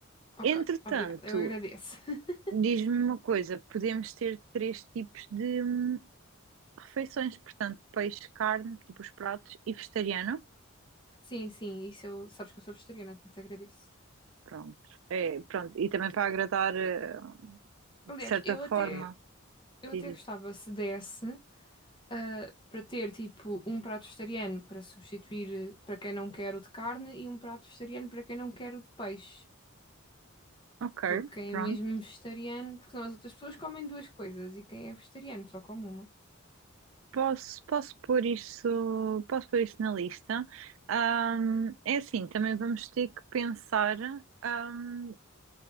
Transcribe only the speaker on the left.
Ok,
obrigada, eu agradeço. <laughs>
Sim, sim, isso eu, sabes que eu sou vegetariana, portanto agradeço.
Aliás,
eu
até, eu até
gostava se desse. ah, para ter tipo um prato vegetariano para substituir eh, para quem não quer o de carne e um prato vegetariano para quem não quer o de peixe.
Porque quem
é mesmo vegetariano, porque senão as outras pessoas comem duas coisas e quem é vegetariano só come uma.